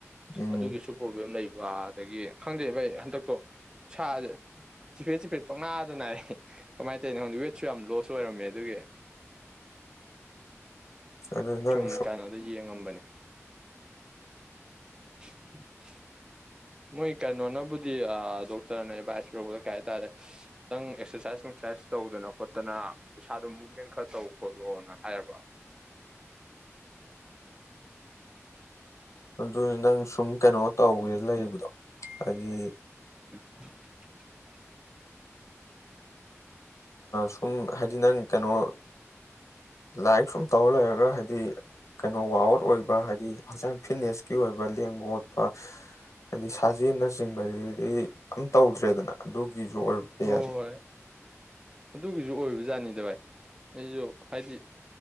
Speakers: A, on the left; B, on the right.
A: ꯎꯝ
B: ꯑꯗꯨꯒꯤꯁꯨ ꯄ꯭ꯔꯣꯕ꯭ꯂꯦꯝ ꯂꯩꯕ ꯑꯗꯨꯒ ꯑꯗꯒꯤ ꯈꯪꯗꯩꯕꯩ ꯍꯟꯗꯛꯇꯣ ꯁꯥꯁꯦ ꯆꯤꯐꯦꯠ ꯆꯤꯐꯦꯠ ꯄꯪꯅꯥꯗꯅꯅꯥꯔꯛꯦ ꯀꯃꯥꯏꯅ ꯇꯧꯔꯤꯅꯤꯣꯪꯗ ꯋꯦꯠꯁꯨ ꯌꯥꯝ ꯂꯣꯁ ꯑꯣꯏꯔꯝꯃꯦ ꯑꯗꯨꯒꯤ
A: ꯑꯗꯨ ꯅꯪ
B: ꯁꯨꯝ ꯀꯥꯏꯩꯅꯣꯗ ꯌꯦꯡꯉꯝꯕꯅꯤ <inaudible> ꯃꯣꯏ ꯀꯩꯅꯣꯅꯕꯨꯗꯤ ꯗꯣꯛꯇꯔꯅ ꯑꯦꯗꯚꯥꯏꯁ ꯄꯤꯔꯛꯧꯕꯗ ꯀꯩ ꯍꯥꯏ ꯇꯥꯔꯦ ꯈꯤꯇꯪ ꯑꯦꯛꯁꯔꯁꯥꯏꯁ ꯪꯁꯔꯁꯥꯏꯁ ꯇꯧꯗꯅ ꯈꯣꯠꯇꯅ ꯏꯁꯥꯗ ꯃꯨꯚꯃꯦꯟ ꯈꯔ ꯇꯧ ꯈꯣꯠꯂꯣꯅ ꯍꯥꯏꯔꯕ <inaudible>
A: ꯑꯗꯨ ꯅꯪ ꯁꯨꯝ ꯀꯩꯅꯣ ꯇꯧꯋꯦ ꯂꯩꯕꯗꯣ ꯐꯗꯒꯤ
B: <inaudible>
A: ꯁꯨꯝ ꯍꯥꯏꯗꯤ ꯅꯪ ꯀꯩꯅꯣ ꯂꯥꯏꯔꯤꯛ ꯁꯨꯝ ꯇꯧꯔ ꯂꯩꯔꯒ ꯍꯥꯏꯗꯤ ꯀꯩꯅꯣ ꯋꯥꯋꯠ ꯑꯣꯏꯕ ꯍꯥꯏꯗꯤ ꯍꯛꯆꯥꯡ ꯐꯤꯠꯅꯦꯁꯀꯤ ꯑꯣꯏꯕ ꯂꯦꯡꯕ ꯑꯣꯣꯠꯄ ꯍꯥꯏꯗꯤ ꯁꯥꯖꯦꯟꯅꯆꯤꯡꯕꯗꯤ ꯑꯝ ꯇꯧꯗ꯭ꯔꯦꯗꯅ ꯑꯗꯨꯒꯤ ꯒꯤ ꯖꯔꯕ
B: ꯍꯣꯏ
A: ꯌꯥꯏ
B: ꯍꯣꯏ ꯑꯗꯨꯒꯤꯁꯨ ꯑꯣꯏꯕꯖꯥꯠꯅꯤꯗ ꯚꯥꯏ ꯑꯩꯁꯨ ꯍꯥꯏꯗꯤ